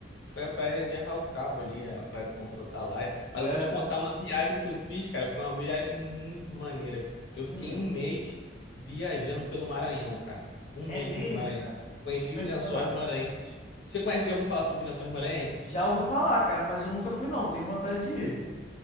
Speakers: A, on the left; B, on the left.
A: Foi a praia de Arraial do Cabo ali, a praia de Ponta do Atalaia.
B: Foi
A: Mas eu
B: essa?
A: vou te contar uma viagem que eu fiz, cara. Foi uma viagem muito maneira. Eu fiquei
B: Hum,
A: um mês viajando pelo Maranhão, cara. Um
B: é
A: mês
B: mesmo?
A: no Maranhão.
B: Como
A: Conheci os
B: é
A: lençóis
B: que foi lá?
A: maranhenses. Você conhece, já ouviu falar sobre os lençóis maranhenses?
B: Já ouvi falar, cara, mas eu nunca fui não, tenho vontade de ir.